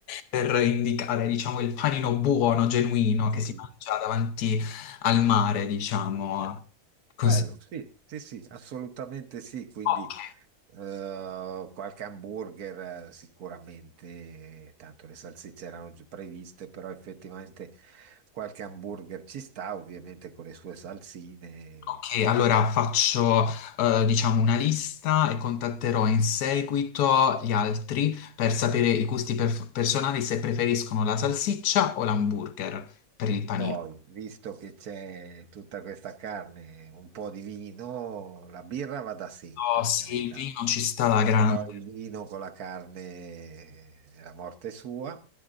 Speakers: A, on the left (about 85°); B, on the right (about 75°).
A: per indicare, diciamo, il panino buono, genuino,
B: Sì.
A: che si mangia davanti al mare, diciamo. Cons-
B: Bello, sì, sì, sì, assolutamente sì. Quindi
A: Ok,
B: eh, qualche hamburger eh, sicuramente, tanto le salsicce erano già previste, però effettivamente qualche hamburger ci sta, ovviamente con le sue salsine.
A: ok, allora faccio, eh, diciamo, una lista e contatterò in seguito gli altri per sapere i gusti per- personali se preferiscono la salsiccia o l'hamburger per il panino.
B: Poi, visto che c'è tutta questa carne, un po' di vino, la birra va da sì, per
A: Oh, sì,
B: carità.
A: il vino ci sta alla grande.
B: Però il vino con la carne è la morte sua.